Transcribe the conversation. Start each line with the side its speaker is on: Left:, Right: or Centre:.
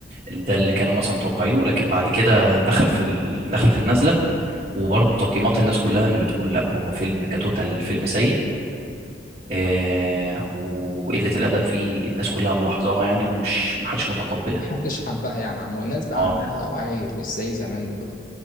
Right: ده اللي كانوا مثلا متوقعينه لكن بعد كده دخل في ال... دخل في النزله وبرضه تقييمات الناس كلها ان بتقول لا هو فيلم كتوتال فيلم سيء آه وقله الادب فيه الناس كلها ملاحظاها يعني ومش محدش متقبلها
Left: محدش حبها يعني عموما الناس بقى
Right: اه
Left: عندها وعي مش زي زمان دلوقتي